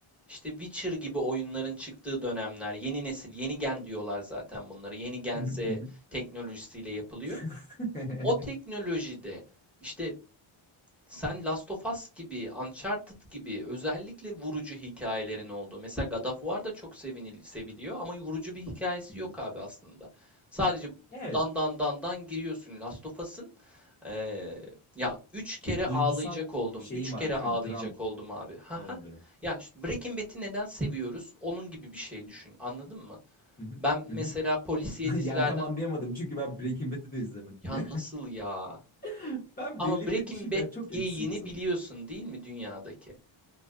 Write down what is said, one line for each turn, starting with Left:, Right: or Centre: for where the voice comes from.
Centre: İşte Witcher gibi oyunların çıktığı dönemler, yeni nesil, yeni gen diyorlar zaten bunları. Yeni gen
Left: Hı hı
Centre: Z
Left: hı hı.
Centre: teknolojisiyle yapılıyor.
Left: <laughs>
Centre: O teknolojide işte sen Last of Us gibi, Uncharted gibi özellikle vurucu hikayelerin olduğu. Mesela God of War da çok sevinil, seviliyor ama vurucu bir hikayesi
Left: Hı hı.
Centre: yok abi aslında. Sadece
Left: Evet,
Centre: dan dan dan dan giriyorsun Last of Us'ın ee, ya üç kere
Left: duygusal
Centre: ağlayacak oldum.
Left: şeyi
Centre: Üç
Left: var
Centre: kere
Left: değil
Centre: ağlayacak
Left: mi? Dram
Centre: oldum abi. Haha.
Left: ağırlığı.
Centre: Ya işte Breaking Bad'i neden seviyoruz? Onun gibi bir şey düşün. Anladın mı?
Left: Hı hı,
Centre: Ben mesela
Left: hı hı.
Centre: polisiye
Left: <laughs>
Centre: dizilerden
Left: Yani tam anlayamadım çünkü ben Breaking Bad'i de izlemedim
Centre: ya
Left: ya.
Centre: nasıl ya?
Left: <laughs> Ben
Centre: Ama
Left: belirli
Centre: Breaking
Left: bir şeyden
Centre: Bad
Left: çok
Centre: geyiğini
Left: eksiğim sanırım.
Centre: biliyorsun değil mi dünyadaki?